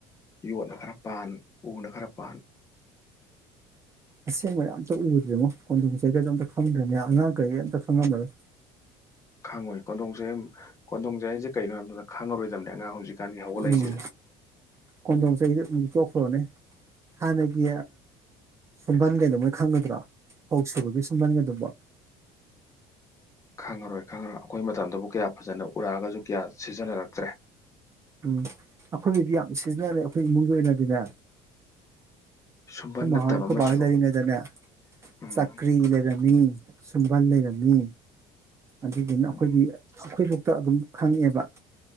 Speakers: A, on the left; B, on the right.
A: ꯌꯣꯠꯅ ꯈꯔ ꯄꯥꯟ ꯎꯅ ꯈꯔ ꯄꯥꯟ
B: ꯑꯁꯦꯡꯕꯅ ꯑꯝꯇ ꯎꯗꯦꯃꯣ ꯀꯣꯟꯗꯣꯡ ꯆꯩꯩꯒꯗꯣꯝ ꯈꯪꯗ ꯥꯡꯉꯥꯡ ꯀꯩ ꯑꯟ ꯁꯉꯅ ꯃꯦ
A: ꯈꯪꯉꯣꯏ ꯀꯗꯣꯡꯁꯦ ꯀꯗꯣꯡꯁꯦ ꯑꯩꯁꯦ ꯀꯩꯅꯣ ꯍꯥꯏꯕ ꯃꯇꯝꯗ ꯈꯪꯉꯔꯣꯏꯗꯕꯅꯦ ꯑꯉꯥꯡ ꯍꯧꯖꯤꯛꯀꯥꯟꯒꯤ ꯍꯧꯒ ꯂꯩꯁꯤꯔ
B: ꯎꯝ ꯀꯣꯟꯗꯣꯡ ꯆꯍꯤꯗ ꯑꯗꯨ ꯇꯣꯛꯈ꯭ꯔꯣꯅꯦ ꯍꯥꯟꯅꯒꯤ ꯁꯨꯝꯕꯟꯒꯩꯗ ꯃꯣꯏ ꯈꯪꯒꯗ꯭ꯔꯣ ꯐꯧ ꯁꯨꯕꯒꯤ ꯁꯨꯝꯕꯟꯒꯩꯗꯕ
A: ꯈꯪꯉꯔꯣꯏ ꯈꯪꯉꯔꯣꯏ ꯑꯩꯈꯣꯏ ꯃꯇꯝꯗꯨꯕꯨ ꯀꯌꯥ ꯐꯖꯅ ꯎꯔꯛꯑꯒꯁꯨ ꯀꯌꯥ ꯁꯤꯖꯤꯟꯅꯔꯛꯇ꯭ꯔꯦ
B: ꯎꯝ ꯑꯩꯈꯣꯏꯒꯤꯗꯤ ꯌꯥꯝ ꯁꯤꯖꯤꯟꯅꯔꯦ ꯑꯩꯈꯣꯏ ꯏꯃꯨꯡꯒꯤ ꯑꯣꯏꯅꯗꯤꯅꯦ
A: ꯁꯨꯝꯕꯟ
B: ꯑꯩꯈꯣꯏ
A: ꯅꯠꯇꯕ
B: ꯑꯩꯈꯣꯏ
A: ꯑꯃꯁꯨ
B: ꯕꯥꯩ ꯂꯩꯔꯤꯉꯩꯗꯅꯦ
A: ꯎꯝ
B: ꯆꯀ꯭ꯔꯤ ꯂꯩꯔꯝꯃꯤ ꯁꯨꯝꯕꯥꯜ ꯂꯩꯔꯝꯃꯤ ꯑꯗꯨꯗꯨꯅ
A: ꯎꯝ
B: ꯑꯩꯈꯣꯏꯒꯤ ꯑꯩꯈꯣꯏꯕꯨ ꯇ ꯑꯗꯨꯝ ꯈꯪꯉꯦꯕ